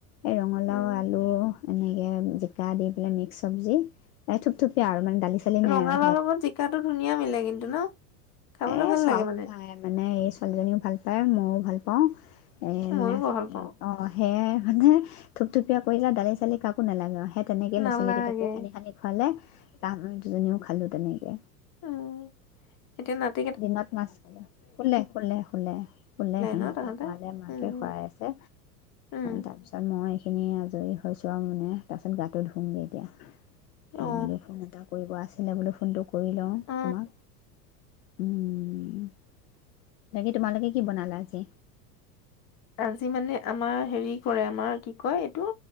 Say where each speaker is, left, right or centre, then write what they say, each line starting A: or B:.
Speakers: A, on the left; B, on the left.
A: এ ৰঙালাও
B: উম
A: আলু এনেকে জিকা দি পেলাই মিক্স চব্জি এ থুপথুপিয়া আৰু মানে দালি চালি নাই
B: ৰঙালাওৰ
A: আৰু
B: লগত জিকাটো ধুনীয়া মিলে কিন্তু ন খাবলৈ
A: এ
B: ভাল
A: চব
B: লাগে মানে
A: খাই মানে এ ছোৱালীজনীও ভাল পায় ম মও ভালপাওঁ এই
B: ময়ো
A: মানে
B: বহল পাওঁ
A: অ সেয়াই মানে থুপথুপিয়ীয়া কৰিলে দালি চালি কাকো নালাগে সেইট তেনেকে
B: নালাগে
A: লৰা-ছোৱালীকেইটাকো সানি সানি খুৱালে তাৰ দুজনীও খালো তেনেকে
B: উম্ এতিয়া নাত
A: দিনত মাছ খালে শুলে শুলে শুলে শুলে সিহঁতক
B: ন তাহাঁতে
A: খুৱালে মাকে
B: উম
A: শুৱাই আছে
B: উম
A: তাৰপিছত মই এইখিনি আজৰি হৈছোঁ আৰু মানে তাৰপিছত গাটো ধুমগে এতিয়া।
B: অ
A: মো বুলু ফোন এটা কৰিব আছে এনে বুলু ফোনটো কৰি লওঁ
B: অ
A: তোমাক উমম্ বাকী তোমালোকে কি বনালা আজি?
B: আজি মানে আমাৰ হেৰি কৰে আমাৰ কি কি কয় এইটো